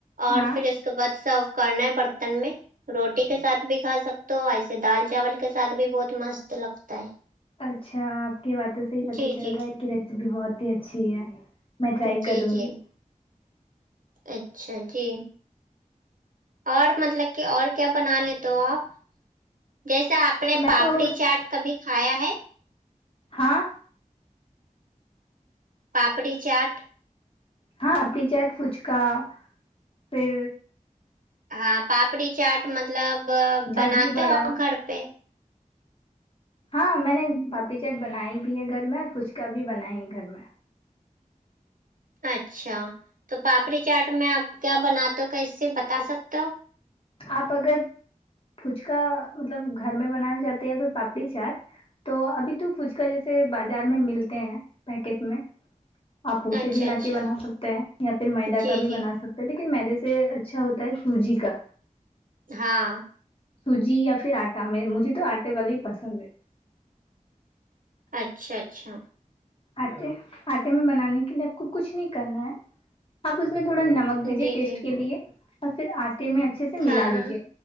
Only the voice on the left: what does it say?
ہاں
اچھا آپ کی باتوں سے ہی پتا
چل
رہا ہے کہ ریسیپی بہت ہی اچھی ہے میں ٹرائی
کروں
گی
میں
تو
ہاں
ہاں اپی چاٹ فچکا پھر
دہی بڑا
ہاں میں نے پاپڑی چٹ بنائی بھی ہے گھر میں اور فچکا بھی بنایا ہے گھر میں
آپ اگر پچکا مطلب گھر میں بنانا چاہتے ہیںیا پھر پاپڑی چاٹ تو ابھی تو فھچک جیسے بازار میں ملتے ہیں پیکیٹ میں آپ اسے
بھی لا
کے بنا سکتا ہیں یا پھر میدا
کا بھی
بنا سکتے لیکن میدے سے اچھا ہوتا ہے سوجی کا
سوجی یا پھر آٹا م مجھے تو آٹے والے ہی پسند ہے
آٹے آٹے میں بنانے کے لیے آپ کو کچھ نہیں کرنا ہے آپ اس میں تھوڑا نمک دیجیے
ٹیسٹ
کے لیے اور پھر آٹے میں اچھے سے ملا
لیجیے